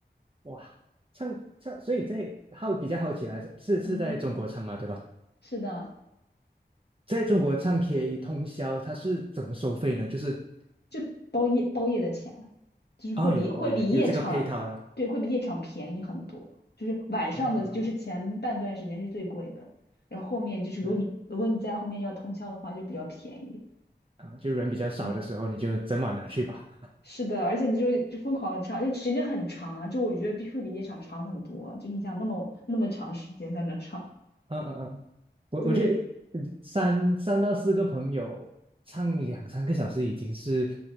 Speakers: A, on the right; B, on the left.
A: 哇，唱唱，所以在好比较好奇来，是是在中国唱吗？
B: <laughs> 嗯，
A: 对吧？
B: 是的。
A: 在中国唱 K 通宵，它是怎么收费呢？就是
B: 就包夜包夜的钱，就是会比会比夜场，
A: 哦，有哦，有有这个配套啦，
B: 对，会比夜场便宜很多。就是晚上的，
A: 啊，
B: 就是前半段时间是最贵的，然后后面就是如果你如果你在后面要通宵的话，
A: 对啊，
B: 就比较便宜。
A: 啊，就人比较少的时候，
B: 对，
A: 你就整晚拿去吧。
B: 是的，而且你就就疯狂的唱，就时间很长啊，就我觉得比会比夜场长很多啊就你想那么那么长时间在那唱，
A: 嗯嗯嗯，我我觉得一
B: <laughs> 对，
A: 三三到四个朋友唱两三个小时已经是